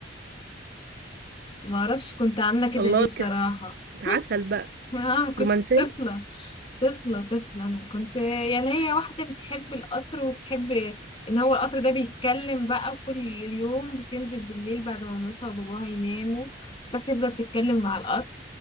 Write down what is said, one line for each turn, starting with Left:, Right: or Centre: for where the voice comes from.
Left: معرفش كنت عاملة كده
Right: الله
Left: ليه بصراحة
Right: كانت عسل بقى
Left: <laughs> آه كنت
Right: رومانسية
Left: طفلة طفلة طفلة أنا كنت يعني هي واحدة بتحب القطر وبتحب إن هو القطر ده بيتكلم بقى كل يوم بتنزل بالليل بعد ما مامتها وباباها يناموا بس تفضل تتكلم مع القطر